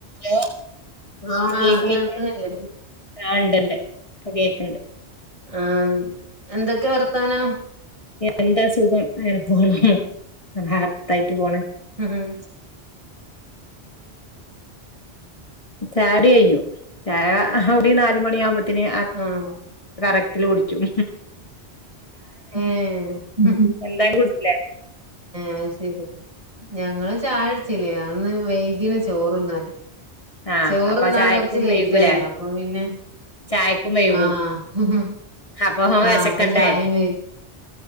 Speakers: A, on the left (about 30°); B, on the right (about 30°).
A: Hello ആഹ
B: ആഹ്
A: കേക്കണില്ലേ
B: കേൾക്കണില്ലേ
A: ആ ഇണ്ടണ്ട് അ കേക്കണ്ട്
B: ആ എന്തൊക്കെയ വർത്താനം
A: എന്താ സുഖം അങ്ങനെ പോണം ഹാത്തായിട്ട് പോണേ
B: ഉം ഉം
A: ചായ കുടികയിഞ്ഞു ചായ ഒരു നാലുമണിയ ആകുമ്പോത്തന്
B: ആഹ്
A: കറക്റ്റൽ കുടിക്കും
B: ആഹ
A: എന്തായാലും കുടിച്ചില്ലേ
B: അത് ശരി ഞങ്ങള് ചായ കുടിച്ചില്ലേ ഇന്ന് വൈകീണ ചോറുണ്ണാന്
A: ആഹ്
B: ചോറുണ്ണാൻ
A: അപ്പൊ ചായക്കും
B: കൊറച്ച് ലേറ്റ്
A: വൈകൂലേ
B: ആയിന അപ്പൊ പിന്നെ
A: ചായക്കും വൈകും
B: ആഹ
A: അപ്പൊ വെശക്കണ്ടേ
B: ആപ്പചായ വ